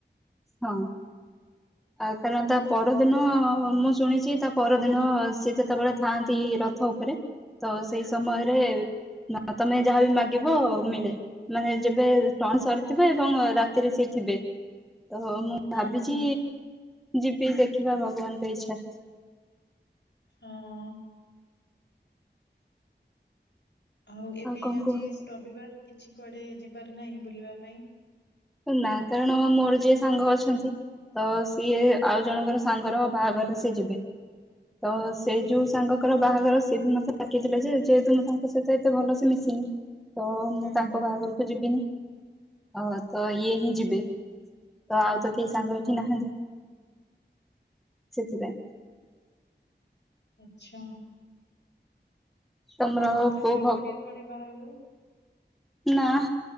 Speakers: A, in the centre; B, on the left.
A: ହଁ। ଆ- କାରଣ ତା ପରଦିନ ମୁଁ ଶୁଣିଚି ତା ପରଦିନ ସିଏ ଯେତେବେଳେ ଥାଆନ୍ତି ର ରଥ ଉପରେ ତ ସେଇ ସମୟରେ
B: ହଁ
A: ତମେ ଯାହାବି ମାଗିବ ମିଳେ। ମାନେ ଯେବେ ଟଣା ସରିଥିବେ ଏବଂ ରାତିରେ ସିଏ ଥିବେ ତ ମୁଁ
B: ହଁ
A: ଭାବିଚି
B: ହଁ
A: ଯିବି ଦେଖିବା ଭଗବାନ୍ ଙ୍କ ଇଚ୍ଛା।
B: ହଁ। ଆଉ ଏବେ
A: କଣ
B: ଆଜି
A: କୁହ
B: ରବିବାର କିଛି କୁଆଡେ ଯିବାର ନାହିଁ ବୁଲିବା ପାଇଁ?
A: ନା କାରଣ ମୋର ଯିଏ ସାଙ୍ଗ ଅଛନ୍ତି ତ ସିଏ
B: ହଁ
A: ଆଉ ଜଣଙ୍କର ସାଙ୍ଗର ବାହାଘର ସେ ଯିବେ ତ
B: ହଁ
A: ସେଇ ଯଉ ସାଙ୍ଗ ତାଙ୍କର ବାହାଘର ସିଏ ବି ମତେ ଡ଼ାକିଥିଲା ଯେ ଯେହେତୁ ମୁଁ ତାଙ୍କ ସହିତ ଏତେ ଭଲ ସେ ମିଶିନି ତ ମୁଁ
B: ହୁଁ
A: ତାଙ୍କ ବାହାଘରକୁ ଯିବିନି ଅ ତ ଇଏ ହିଁ ଯିବେ। ତ ଆଉ ତ କେହି ସାଙ୍ଗ
B: ହଁ
A: ଏଠି ନାହାନ୍ତି ସେଥିପାଇଁ।
B: ଆଚ୍ଛା।
A: ତମର
B: ଆଉ ତଥାପି
A: କୋଉ
B: ଏକୁଟିଆ
A: ଭ
B: କୁଆଡେ ବାହାରକୁ?
A: ନା